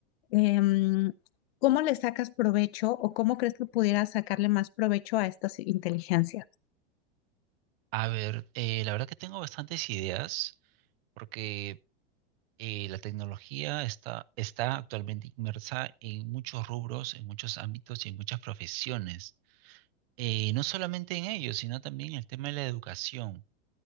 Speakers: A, on the left; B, on the right.
A: em, ¿cómo le sacas provecho o cómo crees que pudieras sacarle más provecho a estas inteligencias?
B: A ver, eh, la verdad que tengo bastantes ideas porque eh, la tecnología está, está actualmente inmersa en muchos rubros, en muchos ámbitos y en muchas profesiones. Eh, no solamente en ellos, sino también en el tema de la educación.